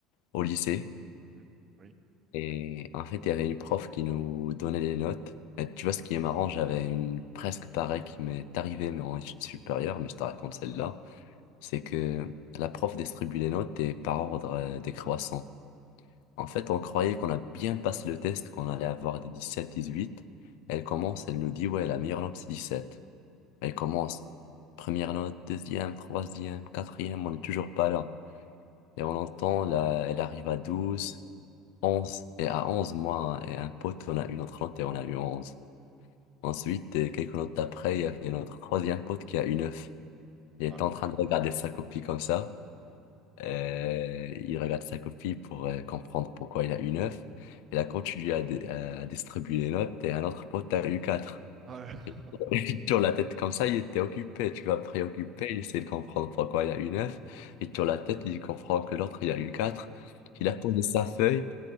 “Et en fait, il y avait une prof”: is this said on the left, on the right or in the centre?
Left